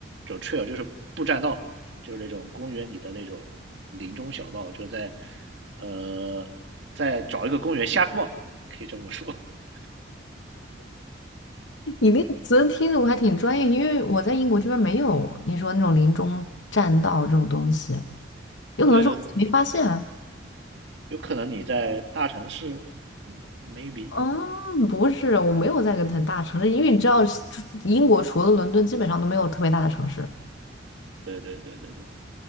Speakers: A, on the right; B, on the left.
A: 走 trail 就是步栈道，就是那种公园里的那种林中小道，就在呃在找一个公园瞎逛，可以这么说。<laughs>
B: 你那个词听着我还挺专业，因为我在英国这边没有你说那种林中栈道这种东西，有可能是我自己没发现啊。
A: 对对对有可能你在大城市，嗯，maybe，
B: 嗯不是，我没有在一个很大城市，因为你知道，英国除了伦敦，基本上都没有特别大的城市。
A: 对对对对对，